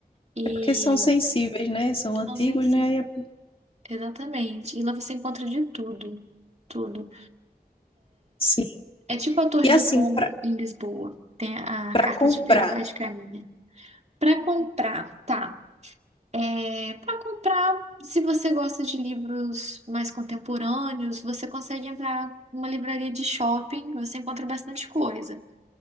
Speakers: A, on the right; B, on the left.
A: E
B: É porque são sensíveis, né? São antigos,
A: não sei se.
B: né? Aí é-
A: Exatamente. E lá você encontra de tudo. Tudo.
B: Sim.
A: É, é tipo a Torre
B: E assim,
A: do Tombo
B: para
A: em Lisboa. Tem a
B: para
A: carta
B: comprar.
A: de Pero Vaz de Caminha. Para comprar, tá. É, para comprar, se você gosta de livros mais contemporâneos, você consegue entrar numa livraria de shopping, você encontra bastante coisa.